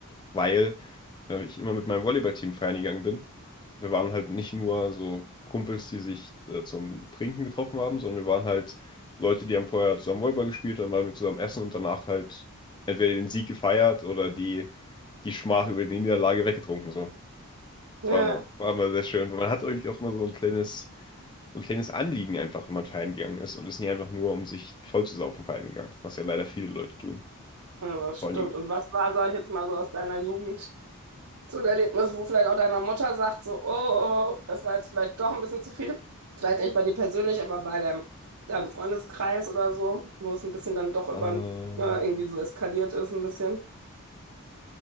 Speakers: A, on the left; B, on the right.
A: weil äh, ich immer mit meinem Volleyballteam feiern gegangen bin. Wir waren halt nicht nur so Kumpels, die sich äh, zum Trinken getroffen haben, sondern wir waren halt Leute, die haben vorher zusammen Volleyball gespielt, dann waren wir zusammen essen und danach halt entweder den Sieg gefeiert oder die, die Schmach über die Niederlage weggetrunken. So.
B: <laughs>
A: Das
B: Ja,
A: war immer, war immer sehr schön. Man hat irgendwie auch immer so ein kleines, so ein kleines Anliegen einfach, wenn man feiern gegangen ist und ist nicht einfach nur, um sich voll zu saufen feiern gegangen, was ja leider viele Leute tun.
B: ja, das
A: Vor
B: stimmt.
A: allem,
B: Und was war, sag ich jetzt mal so aus deiner Jugend? so ein Erlebnis, wo vielleicht auch deiner Mutter sagt, so, oh, oh, oh, das war jetzt vielleicht doch ein bisschen zu viel. Vielleicht nicht bei dir persönlich, aber bei deinem, deinem Freundeskreis oder so, wo es ein bisschen dann doch über
A: ähm,
B: äh, irgendwie so eskaliert ist, ein bisschen.